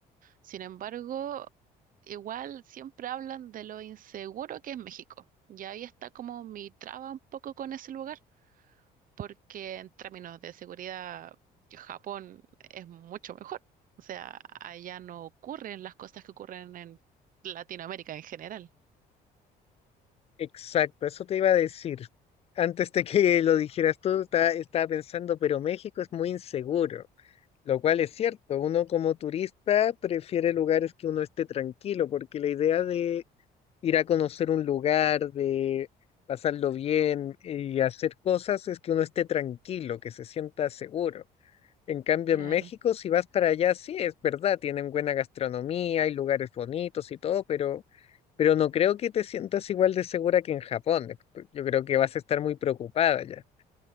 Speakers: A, on the right; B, on the left.
A: Sin embargo, igual siempre hablan de lo inseguro que es México. Y ahí está como mi traba un poco con ese lugar porque en términos de seguridad, Japón es mucho mejor. O sea, allá no ocurren las cosas que ocurren en Latinoamérica en general.
B: Exacto, eso te iba a decir. Antes de que lo dijeras tú, está- estaba pensando, pero México es muy inseguro, lo cual es cierto. Uno como turista prefiere lugares que uno esté tranquilo, porque la idea ir a conocer un lugar, de pasarlo bien y hacer cosas es que uno esté tranquilo, que se sienta seguro. En cambio,
A: Claro.
B: en México, si vas para allá, sí, es verdad, tienen buena gastronomía, hay lugares bonitos y todo, pero, pero no creo que te sientas igual de segura que en Japón. Yo creo que vas a estar muy preocupada ya.